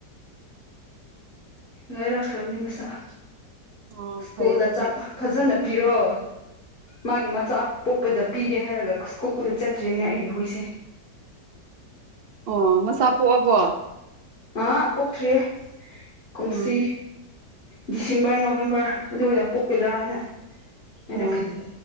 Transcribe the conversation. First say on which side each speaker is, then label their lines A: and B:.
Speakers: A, on the left; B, on the right.
A: ꯂꯣꯏꯔꯛꯈ꯭ꯔꯕꯅꯤ ꯃꯁꯛ
B: ꯑꯣ
A: ꯁ꯭ꯀꯨꯜꯗ
B: ꯐꯩꯌꯦ ꯑꯗꯨꯗꯤ
A: ꯆꯥꯛ ꯐꯖꯅ ꯄꯤꯔꯣ ꯃꯥꯒꯤ ꯃꯆꯥ ꯄꯣꯛꯄꯗ ꯄꯤꯒꯦ ꯍꯥꯏꯔꯒ ꯁ꯭ꯀꯨꯜꯗ ꯆꯠꯇ꯭ꯔꯤꯅꯦ ꯑꯩꯒꯤ ꯍꯣꯏꯁꯦ
B: ꯑꯣ ꯃꯆꯥꯥ ꯄꯣꯛꯑꯕꯣ
A: ꯑ ꯄꯣꯛꯇ꯭ꯔꯤꯌꯦ ꯀꯨꯝꯁꯤ
B: ꯎꯝ
A: ꯗꯤꯁꯦꯝꯕꯔ ꯅꯣꯕꯦꯝꯕꯔ ꯑꯗꯨ ꯑꯣꯏꯅ ꯄꯣꯛꯀꯗ꯭ꯔꯥꯅ ꯑꯩꯅ
B: ꯑꯣ
A: ꯈꯟꯕ